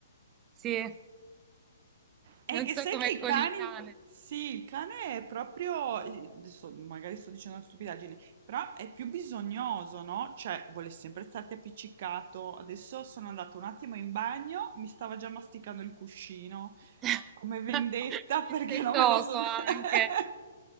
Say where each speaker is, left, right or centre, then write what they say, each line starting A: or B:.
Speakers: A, on the right; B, on the right.
A: Sì,
B: È
A: non
B: che
A: so
B: sai
A: come
B: che i
A: con
B: cani,
A: il cane.
B: sì, il cane è proprio, eh, adesso magari sto dicendo una stupidaggine, però è più bisognoso, no? Cioè, vuole sempre starti appiccicato. Adesso sono andata un attimo in bagno, mi stava già masticando il cuscino.
A: <laughs>
B: Come vendetta perché
A: Rispettoso
B: non me lo sono...
A: anche.
B: <laughs>